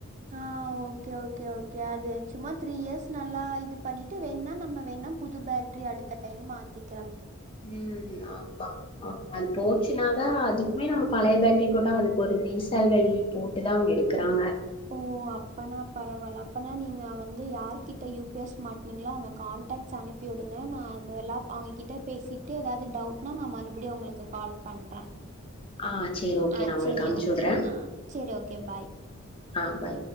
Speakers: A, on the right (about 35°); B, on the left (about 25°).
A: ஆ ஓகே ஓகே ஓகே அது சும்மா த்ரீ இயர்ஸ் நல்லா இது பண்ணிட்டு வேணுா நம்ம வேணா புது பேட்ரி அடுத்த டைம் மாத்திக்கிட்
B: ம் ஆமா ஆமா அது போச்சுனாதா அதுக்குமே நம்ம பழைய பேட்டரி போட்டா அதுக்கு ஒரு ரீசைல் போட்டு தான் அவங்க எடுக்கிறாங்க
A: ஓ அப்பனா பரவால்ல அப்பனா நீங்க வந்து யார்கிட்ட யூ பி எஸ் மாட்னீங்கலோ அவங்க கான்ட்ட்ஸ் அனுப் பி விடுங்க நா அது எல்லா அவங்க கிட்ட பேசிட்டு எதாவது டவுட்னா நா மறுபடியடி உங்களுக்கு கால் பண்ற
B: ஆ சேரி ஓகே
A: ஆ
B: நா உங்களுக்கு
A: சரி
B: அனுப்ச்சு
A: ஓகே
B: விடுறே
A: ஆ சரி ஓகே பாய்
B: ஆ பாய்